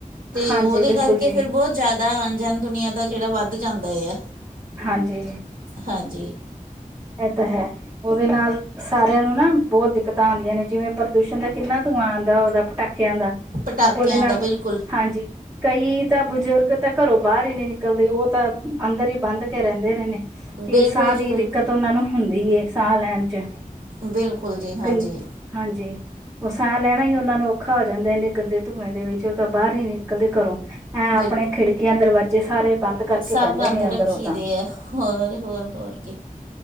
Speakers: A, on the right; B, on the right.
A: ਤੇ
B: ਹਾਂਜੀ
A: ਉਹਦੇ
B: ਬਿਲਕੁਲ
A: ਕਰਕੇ
B: ਜੀ
A: ਫਿਰ ਬਹੁਤ ਜ਼ਿਆਦਾ ਆਣ- ਜਾਣ ਦੁਨੀਆਂ ਦਾ ਜਿਹੜਾ ਵੱਧ ਜਾਂਦਾ ਆ।
B: ਹਾਂਜੀ
A: ਹਾਂਜੀ
B: ਇਹ ਤਾਂ ਹੈ। ਉਹਦੇ ਨਾਲ ਸਾਰਿਆਂ ਨੂੰ ਨਾ ਬਹੁੱਤ ਦਿੱਕਤਾਂ ਆਉਂਦੀਆਂ ਨੇ ਜਿਵੇਂ ਪ੍ਰਦੂਸ਼ਣ ਦਾ ਕਿੰਨਾ ਧੂੰਆਂ ਆਉਂਦਾ ਉਹਦਾ ਪਟਾਕਿਆਂ ਦਾ
A: ਪਟਾਕਿਆਂ
B: ਉਹਦੇ ਨਾਲ,
A: ਦਾ ਬਿਲਕੁਲ
B: ਹਾਂਜੀ ਕਈ ਤਾਂ ਬਜ਼ੁਰਗ ਤਾਂ ਘਰੋਂ ਬਾਹਰ ਹੀ ਨਹੀਂ ਨਿਕਲਦੇ ਉਹ ਤਾਂ ਅੰਦਰ ਹੀ ਬੰਦ ਕੇ ਰਹਿੰਦੇ ਰਹੇ ਨੇ।
A: ਬਿਲਕੁੱਲ
B: ਕਿ ਸਾਹ
A: ਜੀ
B: ਦੀ
A: ਬਿਲਕੁੱਲ
B: ਦਿੱਕਤ ਉਹਨਾਂ ਨੂੰ ਹੁੰਦੀ ਐ ਸਾਹ ਲੈਣ ਚ
A: ਬਿਲਕੁਲ ਜੀ ਹਾਂਜੀ
B: ਕਈ ਹਾਂਜੀ, ਉਹ ਸਾਹ ਲੈਣਾ ਹੀ ਉਹਨਾਂ ਨੂੰ ਔਖਾ ਹੋ ਜਾਂਦਾ ਇੰਨੇ ਗੰਦੇ ਧੂੰਏ ਦੇ ਵਿੱਚ ਤਾਂ ਬਾਹਰ ਹੀ ਨੀ ਨਿਕਲਦੇ ਘਰੋਂ। ਐਂ ਆਪਣੇ
A: ਬਿਲਕੁਲ
B: ਖਿੜਕੀਆਂ, ਦਰਵਾਜ਼ੇ ਜੇ ਸਾਰੇ ਬੰਦ ਕਰਕੇ
A: ਸਭ
B: ਪੈਂਦੇ
A: ਬੰਦ
B: ਨੇ ਅੰਦਰ
A: ਰੱਖੀ
B: ਉਹ ਤਾਂ
A: ਦੇ ਆ ਹੋਰ -ਹੋਰ- ਹੋਰ ਕੀ